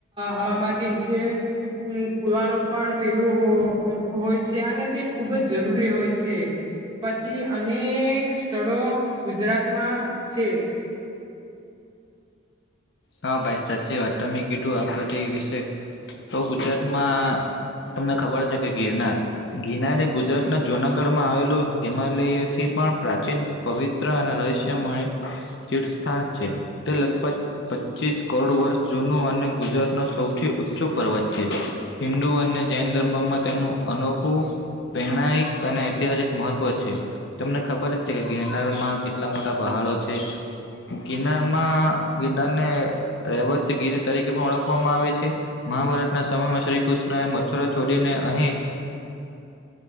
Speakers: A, on the right; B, on the left.
A: હવામાંથી નીચે કુવાનું પણ પેલું હોય છે અને તે ખૂબ જ જરૂરી હોય છે પછી અનેક સ્થળો ગુજરાતમાં છે. <unintelligible>
B: હા ભાઈ સાચી વાત તમે કીધું આ બધી વિશે તો ગુજરાતમાં તમને ખબર છે કે ગિરનાર ગિરનાર એ ગુજરાત ના જુનાગઢ માં આવેલું હિમાલયથી પણ પ્રાચીન પવિત્ર અને રહસ્યમય તીર્થસ્થાન છે. તે લગભગ પચીસ કરોડ વર્ષ જૂનું અને ગુજરાતનુ સૌથી ઊંચું પર્વત છે. હિન્દુ અને જૈન ધર્મમાં તેનું અનોખું પ્રેણાયિક અને ઐતિહાસિક મહત્વ છે. તમને ખબર જ છે કે ગિરનારમાં કેટલા મોટા પહાડ છે ગિરનારમાં ગિરનારને રેવત ગીર તરીકે પણ ઓળખવામાં આવે છે મહાભારતના સમયમાં શ્રીકૃષ્ણ મથુરા ચોડીને અહીં